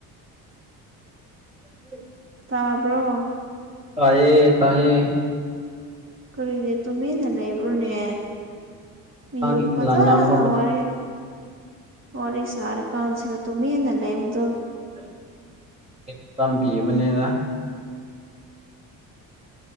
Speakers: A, on the right; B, on the right.
A: <unintelligible> <inaudible>
B: ꯇꯥꯕ꯭ꯔꯣ
A: ꯇꯌꯦ ꯇꯥꯏꯌꯦ
B: ꯀꯔꯤꯒꯤ ꯇꯨꯃꯤꯟꯅ ꯂꯩꯕ꯭ꯔꯣꯅꯦ ꯃꯤꯕꯨ
A: ꯅꯪꯅ
B: ꯐꯖꯅ
A: ꯉꯥꯡꯕ ꯃꯇꯝꯒꯤ
B: ꯋꯥꯔꯤ ꯋꯥꯔꯤ ꯁꯥꯔꯀꯥꯟꯁꯤꯗ ꯇꯨꯃꯤꯟꯅ ꯂꯩꯕꯗꯣ
A: <unintelligible> ꯃꯥꯇꯝ ꯄꯤꯕꯅꯦꯗꯥ